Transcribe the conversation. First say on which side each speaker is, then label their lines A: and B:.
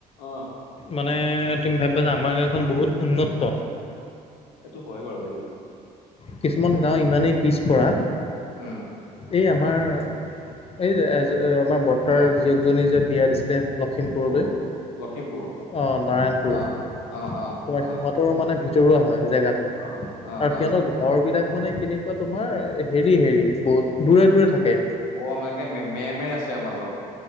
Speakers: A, on the left; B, on the left.
A: অ
B: মানে তুমি ভাবিবা যে আমাৰ গাঁওখন বহুত উন্নত।
A: সেইটো হয় বাৰু দেই
B: কিছুমান গাঁও ইমানেই পিছপৰা।
A: উম।
B: এই আমাৰ এই আমাৰ বৰ্তাৰ
A: আহ
B: জীয়েকজনী যে বিয়া দিছিলে লখিমপুৰলৈ।
A: ক'ত? লখিমপুৰ
B: অ', নাৰায়ণপুৰ
A: অ অ অ
B: তোমাৰ
A: অ
B: সিহঁতৰ মানে ভিতৰুৱা হয়। জেগাতো
A: অ অ অ
B: আৰু সিহঁতৰ
A: অ
B: ঘৰবিলাক মানে কেনেকুৱা তোমাৰ, হেৰি-হেৰি বহুত দূৰে দূৰে থাকে।
A: অ', আমাকে মে-মেৰ আছে মাজত।